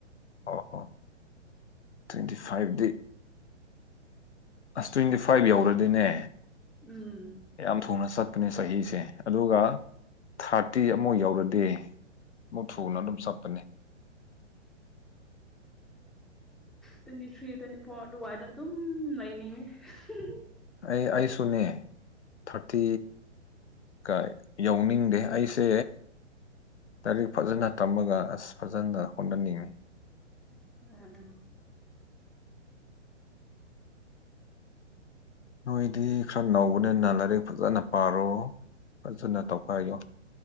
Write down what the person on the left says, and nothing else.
ꯑꯣ ꯑꯣ ꯇ꯭ꯋꯦꯟꯇꯤ ꯐꯥꯏꯚꯗꯤ ꯑꯁ ꯇ꯭ꯋꯦꯟꯇꯤ ꯐꯥꯏꯚ ꯌꯧꯔꯗꯤꯅꯦ
ꯌꯥꯝ ꯊꯨꯅ ꯆꯠ ꯅꯦ ꯆꯍꯤꯁꯦ ꯑꯗꯨꯒ ꯊꯥꯔꯇꯤ ꯑꯃꯨꯛ ꯌꯧꯔꯗꯤ ꯃꯨꯛ ꯊꯨꯅ ꯑꯗꯨꯝ ꯆꯠꯄꯅꯦ
ꯑꯩ ꯑꯩꯁꯨꯅꯦ ꯊꯥꯔꯇꯤ ꯒ ꯌꯧꯅꯤꯡꯗꯦ ꯑꯩꯁꯦ ꯂꯥꯏꯔꯤꯛ ꯐꯖꯅ ꯇꯝꯃꯒ ꯑꯁ ꯐꯖꯅ ꯍꯣꯠꯅꯅꯤꯡ
ꯅꯣꯏꯗꯤ ꯈꯔ ꯅꯧꯕꯅꯦꯅ ꯂꯥꯏꯔꯤꯛ ꯐꯖꯅ ꯄꯥꯔꯣ ꯐꯖꯅ ꯇꯧꯈꯥꯏꯌꯣ